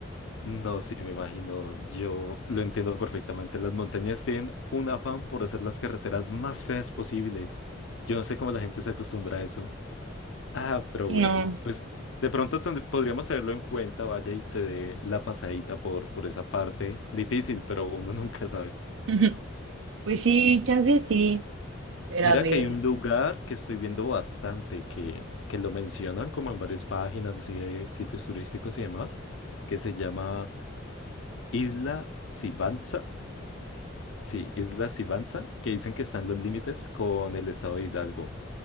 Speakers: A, on the left (about 75°); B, on the right (about 70°).
A: No, sí, me imagino. Yo lo entiendo perfectamente. Las montañas tienen un afán por hacer las carreteras más feas posibles. Yo no sé cómo la gente se acostumbra a eso. Ah, pero
B: No,
A: bueno, pues de pronto tendr- podríamos tenerlo en cuenta. Vaya y se dé la pasadita por, por esa parte. Difícil, pero uno <laughs> nunca sabe.
B: <laughs> pues sí, chance sí, pero
A: Mira
B: a ver,
A: que hay un lugar que estoy viendo bastante, que, que lo mencionan como en varias páginas, así de sitios turísticos y demás, que se llama Isla Sibanza. Sí, Isla Sibanza, que dicen que están los límites con el estado de Hidalgo,